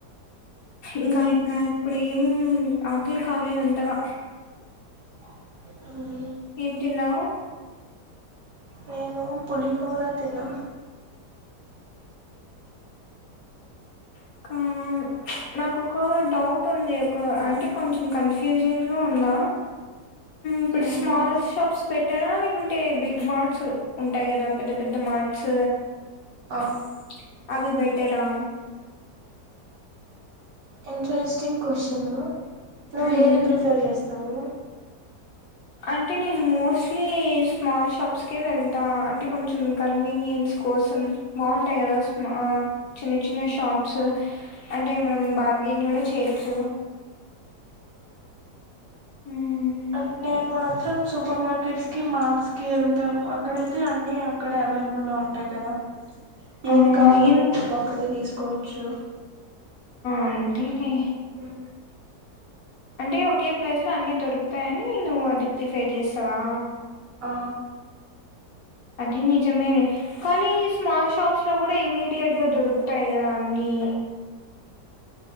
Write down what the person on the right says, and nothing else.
మ్
నేను పులిహోరా తిన్నా.
ఏమని
ఆ
ఇంట్రెస్టింగ్ కొశిన్ నువ్
ఏది ప్రిఫెర్ చేస్తావు?
అం నేను మాత్రం సూపర్ మార్ కిట్స్ కి మార్ట్స్ కి వెళ్తాను అక్కడైతే అన్ని అక్కడ అవైలబుల్ లో ఉంటాయి కదా
ఏది కావాలన్న
మనం అక్కడే తీసుకోవచ్చు.
మ్
ఆ